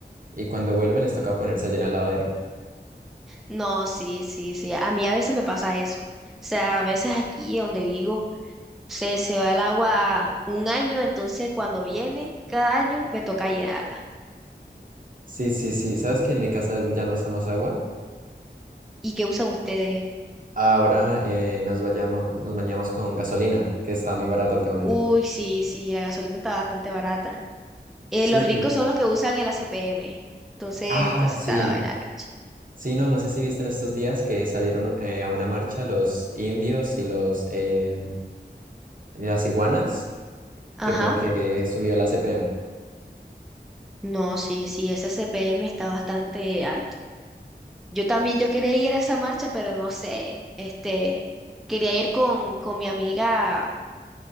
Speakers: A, on the right; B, in the centre.
A: y cuando vuelve les toca ponerse a llenar el lavadero.
B: No, sí, sí, sí. A mí a veces me pasa eso. O sea, a veces aquí donde vivo se, se va el agua un año, entonces cuando viene cada año me toca llenarla.
A: Sí, sí, sí. ¿Sabes que en mi casa ya no usamos agua?
B: ¿Y qué usan ustedes?
A: Ahora eh, nos vayamos, nos bañamos con gasolina, que está muy barata últimamente.
B: Uy, sí, sí, la gasolina está bastante barata. Eh,
A: Sí,
B: los
A: sí.
B: ricos son los que usan el ACPM. Entonces,
A: Ah,
B: entonces
A: sí.
B: está la vaina recha.
A: Sí, no, no sé si viste en estos días que salieron eh, a una marcha los indios y los eh, las iguanas,
B: Ajá.
A: que porque subió la CPM.
B: No, sí, sí, ese ACPM está bastante alto. Yo también, yo quería ir a esa marcha, pero no sé, este, quería ir con, con mi amiga,